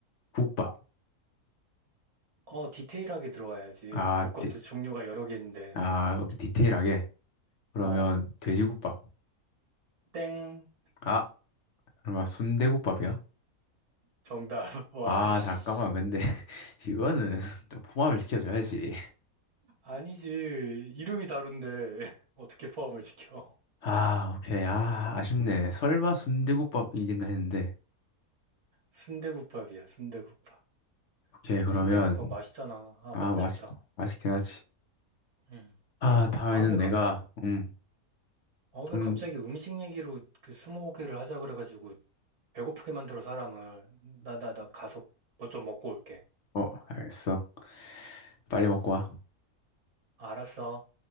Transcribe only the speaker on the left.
국밥.
아,
디,
아, 여기 디테일하게. 그러면
돼지국밥.
아, 그러면 순대국밥이야.
아,
잠깐만. 근데 <laughs> 이거는 <laughs> 좀 포함을 시켜줘야지.
아, 오케이. 아, 아쉽네. 설마 순대국밥이긴 했는데.
오케이, 그러면
아,
맛있
맛있긴 하지.
아, 다음에는
내가 음,
좀
어, 알겠어. 빨리 먹고 와.